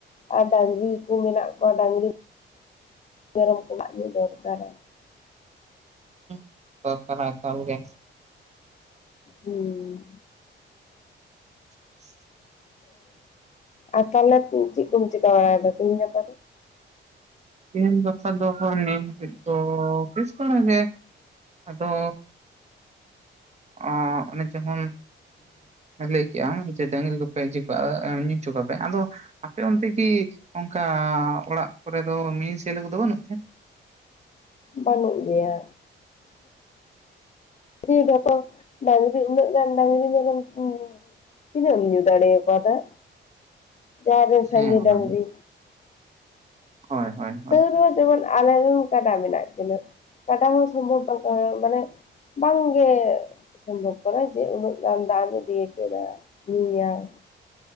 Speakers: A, on the left; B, on the right.
A: ᱟᱨ ᱰᱟᱝᱨᱤ ᱠᱚ ᱢᱮᱱᱟᱜ ᱠᱚᱣᱟ ᱰᱟᱝᱨᱤ ᱢᱮᱨᱚᱢ ᱠᱚᱣᱟᱜ ᱧᱩ ᱫᱚᱨᱠᱟᱨᱟ
B: ᱦᱩᱸ ᱫᱟᱨᱠᱟᱨᱟ ᱮᱠᱟᱞ ᱜᱮ
A: ᱦᱩᱸ
B: <inaudible>
A: ᱚ ᱛᱟᱦᱞᱮ ᱪᱮᱫ ᱠᱚᱢ ᱪᱤᱠᱟᱹ ᱵᱟᱲᱟᱭᱫᱟ ᱛᱮᱦᱤᱧ ᱜᱟᱯᱟ ᱫᱚ?
B: ᱛᱮᱦᱮᱧ ᱜᱟᱯᱟ ᱫᱚ ᱟᱵᱟᱨ ᱱᱤᱭᱟᱹ ᱜᱷᱟᱲᱤᱡ ᱫᱚ ᱵᱮᱥ ᱵᱟᱲᱟ ᱜᱮ ᱟᱫᱚ ᱚ ᱚᱱᱮ ᱡᱚᱦᱚᱱ ᱞᱟᱹᱭ ᱠᱮᱫᱮᱜᱟᱢ ᱰᱟᱹᱟᱝᱨᱤ ᱠᱚᱯᱮ ᱤᱭᱟ. ᱠᱚᱣᱟ ᱟᱫᱚ ᱟᱯᱮ ᱚᱱᱛᱮ ᱠᱤ ᱚᱱᱠᱟ ᱚᱲᱟᱜ ᱠᱚᱨᱮ ᱫᱚ ᱢᱮᱭᱮ ᱪᱷᱮᱞᱮ ᱠᱚᱫᱚ ᱵᱟᱹᱱᱩᱜ ᱛᱮ?
A: ᱵᱟᱹᱱᱩᱜ ᱜᱮᱭᱟ ᱤᱫᱤᱭ ᱛᱟᱠ ᱰᱟᱝᱨᱤ ᱩᱱᱟᱹᱜ ᱜᱟᱱ ᱰᱟᱹᱟᱝᱨᱤ ᱢᱮᱨᱚᱢ ᱛᱤᱱᱟᱹᱜ ᱮᱢ ᱧᱩ ᱫᱟᱣᱲᱮ ᱟᱠᱚᱣᱟᱜ ᱫᱟᱜ ᱡᱟᱦᱟ ᱨᱮᱱ ᱥᱟᱺᱜᱤ
B: ᱦᱮᱸ ᱚᱱᱟ
A: ᱰᱟᱝᱨᱤ
B: ᱦᱳᱭ ᱦᱳᱭ ᱦᱳᱭ
A: ᱛᱟᱹᱣ ᱨᱮᱦᱚᱸ ᱡᱮᱢᱚᱱ ᱟᱞᱮᱨᱮᱱ ᱜᱟᱰᱟ ᱢᱮᱱᱟᱜ ᱠᱤᱱᱟᱹ ᱜᱟᱰᱟ ᱦᱚᱸ ᱥᱚᱢᱵᱷᱚᱵ ᱵᱟᱝ ᱠᱟᱱᱟ ᱢᱟᱱᱮ ᱵᱟᱝᱜᱮ ᱥᱚᱢᱵᱷᱚᱵ ᱠᱟᱱᱟ ᱡᱮ ᱩᱱᱟᱹᱜ ᱜᱟᱱ ᱫᱟᱜ ᱤᱫᱤ ᱟᱠᱟᱫᱟ ᱧᱩᱭᱟᱢ